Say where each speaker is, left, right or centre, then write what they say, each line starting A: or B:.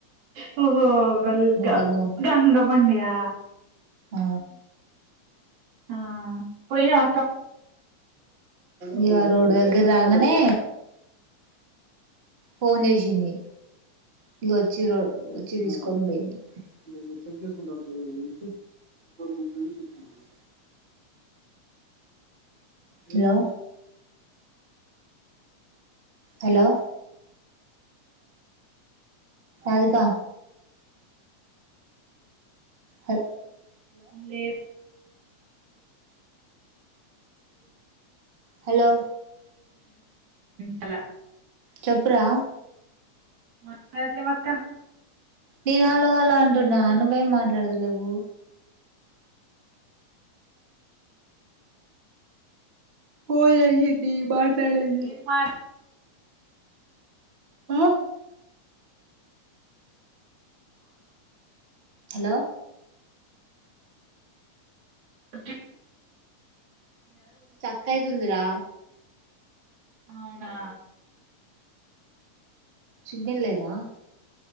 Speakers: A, on the right; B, on the right.
A: నువ్వు బల్ గా
B: గంగమ్మ
A: గంగ మడి్యా <unintelligible>
B: ఆ
A: మ్మ్ పోయినావ
B: ఇయ రోడ్ దగ్గర రాంగనే ఫోన్ చేసింది ఇక వచ్చిండ్రు వచ్చి తీసుకొని పోయింది ర చెక్ చేసుకుంటా <unintelligible> ఏరే వాళ్ళు చెప్పింది తీసుకుంటుంది హలో హలో అదికా హో
A: లేద్
B: హలో
A: హలో
B: చెప్పురా
A: మాట్లడలేవ్ అక్క
B: నేను హలో హలో అంటున్నా నువ్వేం మాట్లాడత లేవు ఓ ఎయితి మాట్లాడేది
A: నేను మాట్లాడిన
B: ఆ హలో
A: వచ్చా
B: చక్కయ్ ది ఉందిరా
A: అవునా
B: సిగ్నల్ లేదా